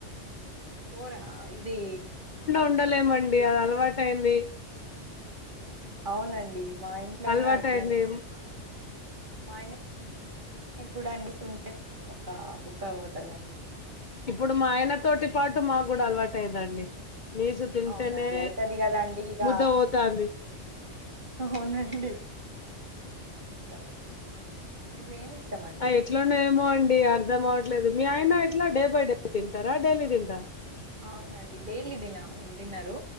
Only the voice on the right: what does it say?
పోరా ఇది
అవునండి మా ఇంట్లో
కూడా అట్లనే
అండి మా మాయనే నిగ్గుడనీ ఒక బుక్ అవ్వపోతుందండి
అవునండి అయితది కదండి ఇక
అవునండి తింటామండి మీకు ఏమి ఇష్టం అండి
అవునండి డైలీ తిన తినరు